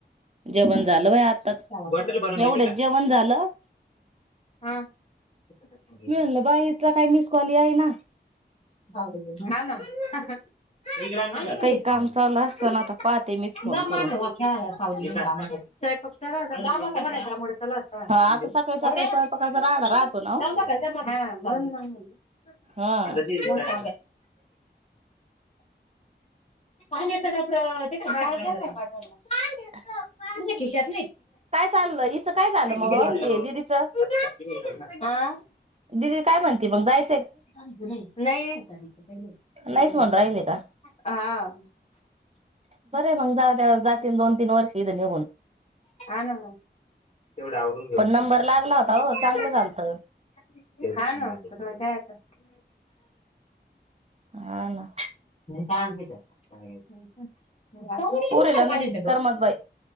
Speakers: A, on the right; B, on the left.
A: जेवण झालं बाय आताच
B: बॉटल भरून
A: एवढेच
B: घेते का
A: जेवण झालं,
B: हा. इकडे
A: मी म्हणल बाई हिचा काय मिस कॉ कॉल याईना.
B: हा ना हा हा. <unintelligible>
A: काही काम चालू असताना आता पाहते मीच फोन करून हा आता सकाळी सकाळी स्वयंपाकाचा राडा राहतो ना ओ. हा
B: पाण्याच डबड ते काय हाय ना कपाटात
A: ह <inaudible>
B: पांढऱ्या खिशात
A: काय चाललय हीचं काय झालं,
B: दिलं,
A: मग अ ते दिदीच
B: दिलं ना. हा
A: दिदी काय म्हणते? ती पण बाहेर
B: हा
A: नाहीच म्हणून
B: आ.
A: राहिले का बरे मग जात्याल जातीन दोन तीन वर्षी <unintelligible> बोल.
B: ह हं मग तेवढ आवरून घे म्हटल
A: नंबर लागला होता हो चांगलं झालतं
B: हाय ना मजा हाय आता
A: हा ना
B: पा <unintelligible>
A: पुरीला
B: पाणी
A: नाही
B: नगो
A: करमत बाई